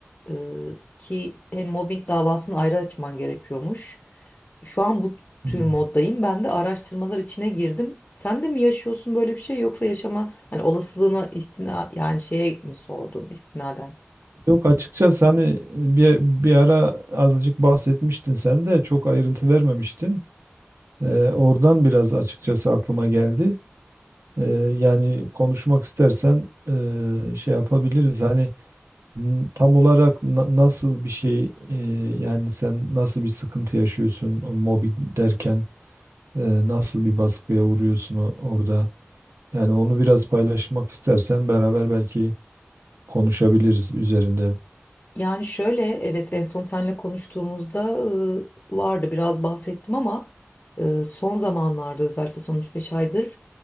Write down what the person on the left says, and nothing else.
E, ki hem mobbing davasını ayrı açman gerekiyormuş. Şu an bu
tür moddayım ben de araştırmalar içine girdim. Sen de mi yaşıyorsun böyle bir şey yoksa yaşama hani olasılığına ihtina yani şeye mi sordun istinaden?
Yani şöyle evet en son seninle konuştuğumuzda e, vardı biraz bahsettim ama e, son zamanlarda özellikle son üç beş aydır